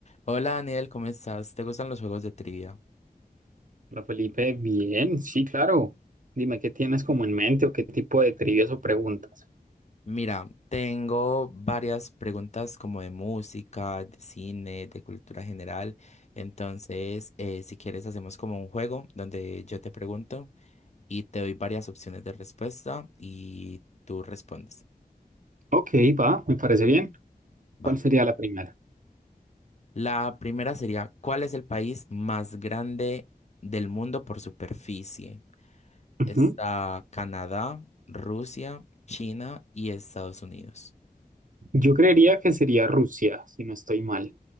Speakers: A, on the left (about 45°); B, on the right (about 55°).
A: Hola Daniel, ¿cómo estás? ¿Te gustan los juegos de trivia?
B: Hola Felipe, bien, sí, claro. Dime qué tienes como en mente o qué tipo de trivias o preguntas.
A: Mira, tengo varias preguntas como de música, de cine, de cultura general. Entonces, eh, si quieres, hacemos como un juego donde yo te pregunto y te doy varias opciones de respuesta y tú respondes.
B: Ok, va, me parece bien.
A: Va.
B: ¿Cuál sería la primera?
A: La primera sería, ¿cuál es el país más grande del mundo por superficie?
B: Ujú.
A: Está Canadá, Rusia, China y Estados Unidos.
B: Yo creería que sería Rusia, si no estoy mal.